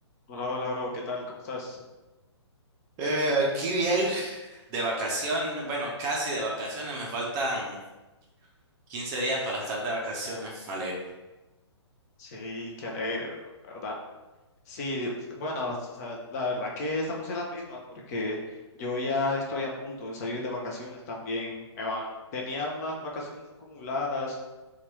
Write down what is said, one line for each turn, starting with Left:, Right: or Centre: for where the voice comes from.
Left: Hola, hola, bro, ¿qué tal? ¿Cómo estás?
Right: Eh, aquí bien, de vacaciones, bueno, casi de vacaciones, me faltan 15 días para estar de vacaciones. Sí,
Left: Sí, qué alegre, bro, la verdad. Sí, bueno, o sea, la verdad que estamos en las mismas porque yo ya estoy a punto de salir de vacaciones también. Me va- Tenía unas vacaciones acumuladas